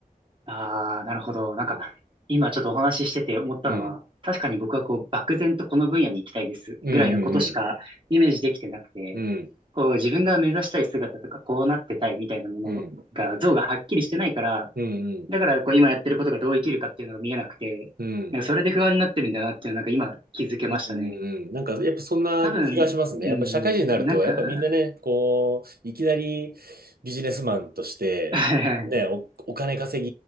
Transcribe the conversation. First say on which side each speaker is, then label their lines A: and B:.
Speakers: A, on the right; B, on the right.
A: ああ、なるほど。なんか、
B: うん。
A: 今ちょっとお話ししてて思ったのは、
B: うん。
A: 確かに僕はこう、漠然とこの分野に行きたいですぐらいのことしかイメージできてなくて、
B: うん。うん。うん。
A: こう、自分が目指したい姿とか、こうなってたいみたいなものが、
B: うん。
A: 像がはっきりしてないから、
B: うん。うん。
A: だからこう、今やってることがどう生きるかっていうのが見えなくて、
B: うん。
A: なんかそれで不安になってるんだなっていうのなんか今気づけましたね。
B: うんうんうん。なんか、やっぱそんな気がしますね。
A: 多分、うん、
B: やっぱ社会人になると、
A: なんか、
B: やっぱみんなね、こう、いきなりビジネスマンとして、
A: <laughs> はい
B: ね、お、お金稼